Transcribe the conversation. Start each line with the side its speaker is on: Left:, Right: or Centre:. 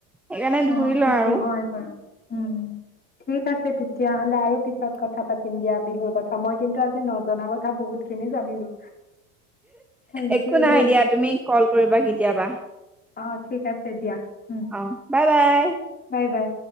Centre: সেইকাৰণে ধুই
Left: অ'
Centre: লওঁ
Left: সেইটো
Centre: আৰু
Left: হয় বাৰু! উম ঠিক আছে তে তেতিয়াহ'লে আৰু পিছত কথা পাতিম দিয়া। বিহুৰ কথা মই কিন্তু আজি নজনা কথা বহুতখিনি জানিলো। থেংক
Centre: একো
Left: ইউ
Centre: নহয়
Left: দেই
Centre: দিয়া, তুমি কল কৰিবা কেতিয়াবা।
Left: অ' ঠিক আছে দিয়া। উম
Centre: অ' বাই বাই!
Left: Bye bye!